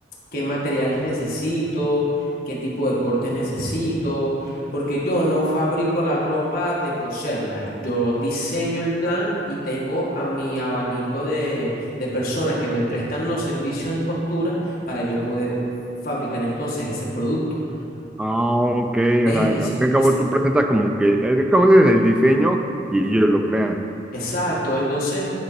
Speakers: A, on the left (about 55°); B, in the centre.
A: qué materiales necesito, qué tipo de cortes necesito, porque yo no fabrico la ropa de coserla, yo diseño el plan y tengo a mi abanico de, de personas que me prestan los servicios de costura para yo poder fabricar entonces ese producto.
B: Ah, ok, o
A: ¿Ves?
B: sea,
A: Es,
B: al fin y al cabo
A: es,
B: tú presentas como que, es como dices, el diseño y ellos lo crean.
A: Exacto, entonces,